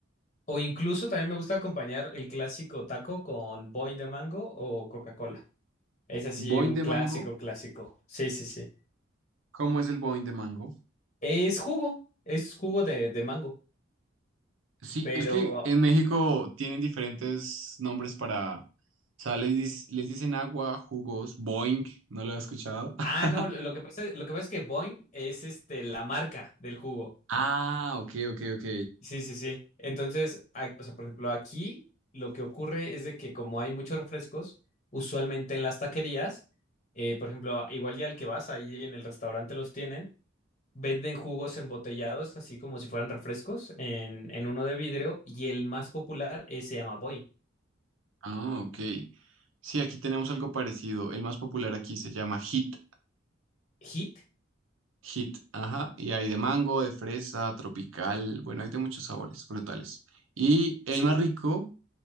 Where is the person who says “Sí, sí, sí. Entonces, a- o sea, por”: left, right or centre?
Left